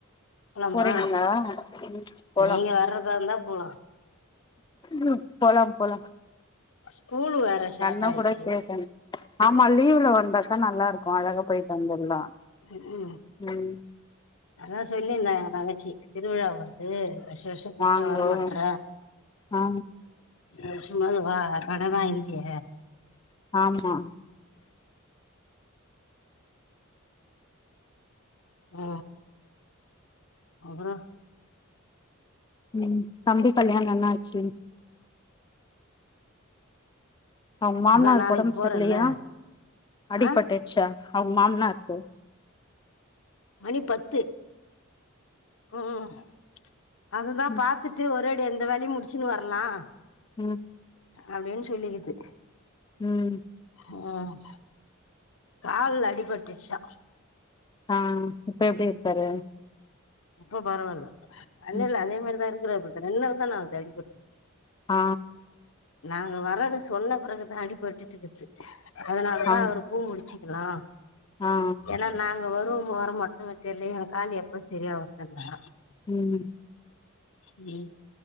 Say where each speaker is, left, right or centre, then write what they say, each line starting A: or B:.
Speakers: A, on the left (about 70°); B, on the left (about 20°).
A: போலாமா
B: போறீங்களா ம் போலா
A: நீங்க வர்றதா இருந்தா போலா
B: ம் போலா போலா
A: ஸ்கூலு வேற
B: கண்ண
A: ஷார்ட் ஆயிடுச்சு
B: கூட கேட்டே ஆமா லீவுல வந்தாக்கா நல்லா இருக்கு அழக போயிட்டு வந்துர்லா
A: ம் ம்
B: ம்
A: அதா சொல்லியிருந்தா எங்க தங்கச்சி திருவிழா வருது வருஷா வருஷொ கூப்ட்டா
B: வாங்கோ
A: வரமாட்ற
B: ஆ
A: ஏ சும்மாது வா கட தா இல்லியே
B: ஆமா
A: ஓ அப்புறோ
B: ம் தம்பி கல்யாணோ என்னாச்சு அவுங்க மாம்னார்க்கு
A: அதான் நாளைக்கு
B: ஒடம்ப் சரில்லயா
A: போறல்ல
B: அடிப்பட்டுட்டுச்சா
A: ஆ
B: அவுங்க மாம்னார்க்கு
A: மணி பத்து ம் அதுதா
B: ம்
A: பாத்துட்டு ஒரு ஒரேடியா இந்த வேலையு முடிச்சுன்னு வர்லா
B: ம்
A: அப்டின் சொல்லிக்கிது
B: ம்
A: ம் கால்ல அடிபட்டுட்ச்சா
B: ஆ இப்ப எப்டி இருக்காரு
A: இப்ப பரவால்ல இல்ல
B: ம்
A: இல்ல அதே மாரிதா இருக்குராப்ல ரெண்ட் நாள் தான ஆவுது அடிப்பட்டு
B: ஆ
A: நாங்க வரன்னு சொன்ன பிறகுதா அடிபட்டுட்ருக்குது அதனாலதா
B: ஆ
A: அவரு பூ முடிச்சுக்குலா
B: ஆ
A: ஏன்னா நாங்க வருவமோ வார மாட்டோமோ தெர்லயே என் காலு எப்ப சரியா வருதுன்னா
B: ம்
A: ம்